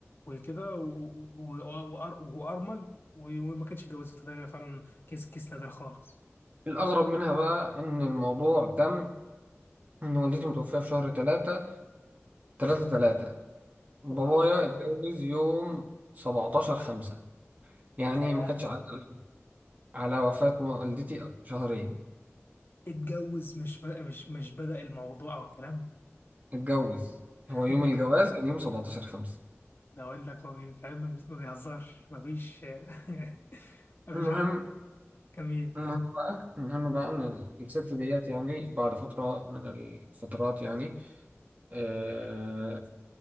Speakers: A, on the left; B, on the right.
A: وكده و- و- و- وأر- وارمل و- وما كانتش اتجوزت ده فعلا كيس كيس نادر خالص
B: الأغرب منها بقى إن الموضوع تم إن والدتي متوفية في شهر تلاتة تلاتة تلاتة بابايا
A: الله يرحمه
B: اتجوز يوم 17 خمسة يعني
A: ياه
B: ما كانتش عدى على وفاة والدتي شهرين
A: اتجوز مش بدأ مش مش بدأ الموضوع او الكلام
B: اتجوز
A: <laughs>
B: هو يوم الجواز كان يوم 17 خمسة
A: ده اقول لك ما بي- فاهم ما بي- ما بيهزرش ما فيش <laughs> ما
B: المهم
A: فيش عن جميل
B: المهم بقى المهم بقى إن الست ديت يعني بعد فترة من الفترات يعني آه